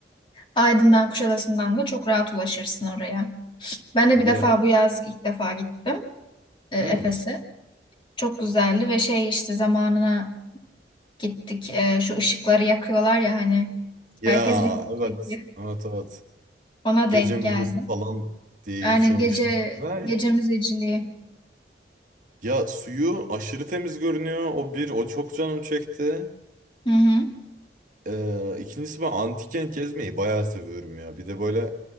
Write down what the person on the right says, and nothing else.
Ya,
hmm.
Ya
evet,
evet evet.
Gece
müzesi
falan diye
geçiyormuş
herhalde.
Ya suyu aşırı temiz görünüyor. O bir, o çok canım çekti.
Ee, ikincisi ben antiken gezmeyi bayağı seviyorum ya. Bir de böyle